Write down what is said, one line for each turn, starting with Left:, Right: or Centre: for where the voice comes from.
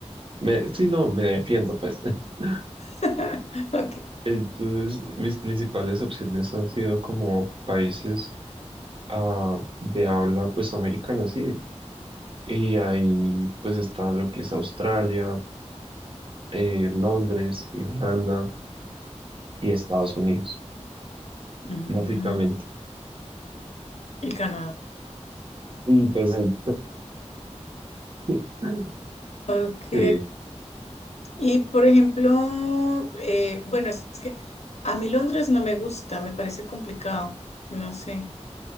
Right: Me, sí, no, me defiendo pues. <laughs>
Left: <laughs> Ok,
Right: Entonces, mis principales opciones han sido como países ah, de habla pues americana, sí. Y ahí pues está lo que es Australia, eh, Londres, Irlanda y Estados Unidos,
Left: mm,
Right: básicamente.
Left: y Canadá.
Right: Y pues ahí- <laughs>
Left: Ok,
Right: Sí,
Left: y por ejemplo, eh, bueno, es que a mí Londres no me gusta, me parece complicado, no sé.